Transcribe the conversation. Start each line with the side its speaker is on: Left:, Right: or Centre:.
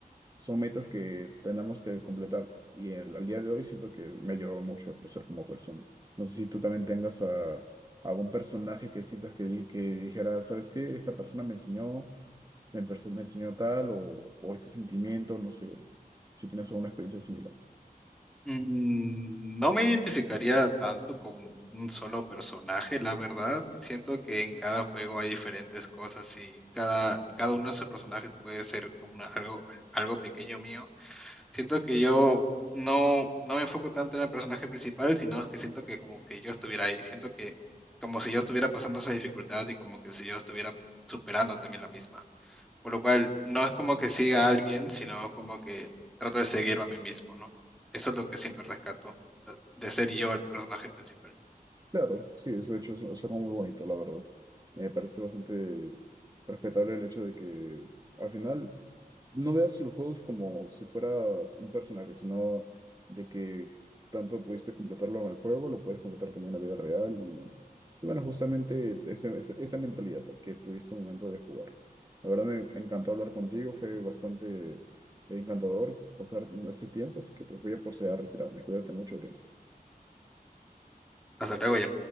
Right: son metas que tenemos que completar. Y el- al día de hoy siento que me ha ayudado mucho a crecer como persona. No sé si tú también tengas a, algún personaje que sientas que, di- que dijera, ¿sabes qué? Esta persona me enseñó, me, perso- me enseñó tal o, o este sentimiento, no sé, si tienes alguna experiencia similar.
Centre: Mm, No me identificaría tanto con un solo personaje, la verdad. Siento que en cada juego hay diferentes cosas y cada, y cada uno de esos personajes puede ser como una- algo, algo pequeño mío. Siento que yo no, no me enfoco tanto en el personaje principal, sino es que siento que como que yo estuviera ahí. Siento que como si yo estuviera pasando esa dificultad y como que si yo estuviera superando también la misma. Por lo cual, no es como que siga a alguien, sino como que trato de seguirme a mí mismo, ¿no? Eso es lo que siempre rescato, de ser yo el personaje principal.
Right: Claro, sí, eso de hecho es, es algo muy bonito, la verdad. Me parece bastante respetable el hecho de que al final... No veas los juegos como si fueras un personaje, sino de que tanto pudiste completarlo en el juego, lo puedes completar también en la vida real. Y, y bueno, justamente ese- ese- esa mentalidad que tuviste al momento de jugarlo. La verdad me encantó hablar contigo, fue bastante eh, encantador pasar ese tiempo, así que pues voy a proceder a retirarme. Cuídate mucho, Adrián.
Centre: Hasta luego, ya